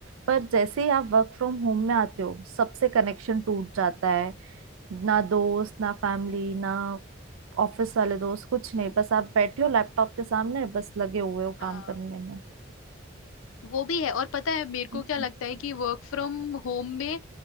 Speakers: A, on the right; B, on the left.
A: पर जैसे ही आप वर्क फ्रॉम होम में आते हो सबसे कनेक्शन टूट जाता है ना दोस्त ना फैमिली ना ऑफिस वाले दोस्त कुछ नहीं बस आप बैठे हो लैपटॉप के सामने बस लगे हुए हो काम
B: हाँ
A: करने में
B: वो भी है और पता है मेरे को
A: हम्म।
B: क्या लगता है कि वर्क फ्रॉम होम में